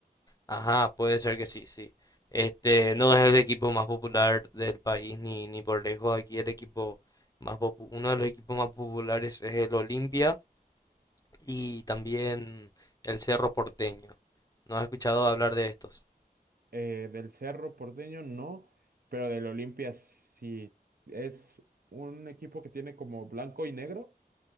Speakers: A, on the left (about 20°); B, on the right (about 65°).
A: Ajá, puede ser que sí, sí. Este, no es el equipo más popular del país ni, ni por lejos. Aquí el equipo más popu- uno de los equipos más populares es el Olimpia y también el Cerro Porteño. ¿No has escuchado hablar de estos?
B: Eh, del Cerro Porteño no, pero del Olimpia sí. Es un equipo que tiene como blanco y negro.